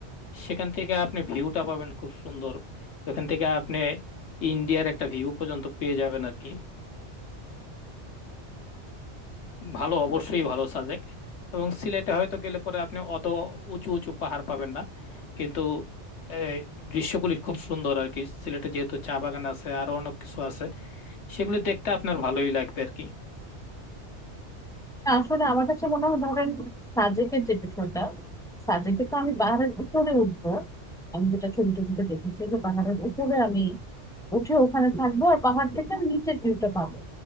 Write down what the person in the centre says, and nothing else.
না, আসলে আমার কাছে মনে হয় ধরেন সাজেকের যে বিষয়টা সাজেকে তো আমি পাহাড়ের উপরে উঠবো আমি যেটা ছবি টবিতে দেখেছি যে পাহাড়ের উপরে আমি উঠে ওখানে থাকবো আর পাহাড় থেকে আমি নিচের ভিউটা পাবো